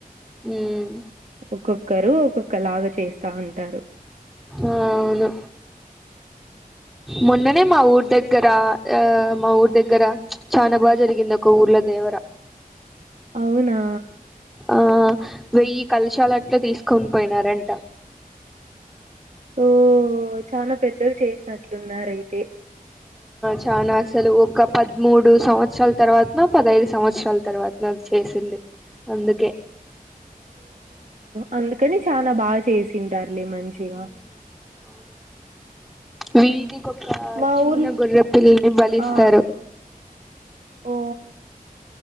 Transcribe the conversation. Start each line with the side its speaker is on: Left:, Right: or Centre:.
Centre: ఉమ్
Right: ఒక్కొక్కరు ఒక్కొక్ ఒకలాగ చేస్తాంటారు.
Centre: ఆ అవును మొన్ననే మా ఊర్ దగ్గర ఆ మా ఊర్ దగ్గర చనా బాగా జరిగింది ఒక ఊర్లో దేవర
Right: అవునా
Centre: ఆ వెయ్యి కల్శాలు అట్లా తీసుకొని పోయినారంట.
Right: ఓ చాన పెద్దది చేసిన ట్లున్నారయితే
Centre: చాన అసలు ఒక పదమూడు సంవత్సరాల తర్వాత్నో, పదైదు సంవత్సరాల తర్వాత్నో చేసింది. అందుకే
Right: అందుక్ కనీ చాన బాగా చేసింటారులే మంచిగా
Centre: వీధి కొక ఆ
Right: మా
Centre: చిన్న
Right: ఊర్
Centre: గొర్రె పిల్లని బలిస్తారు
Right: ఆ ఓ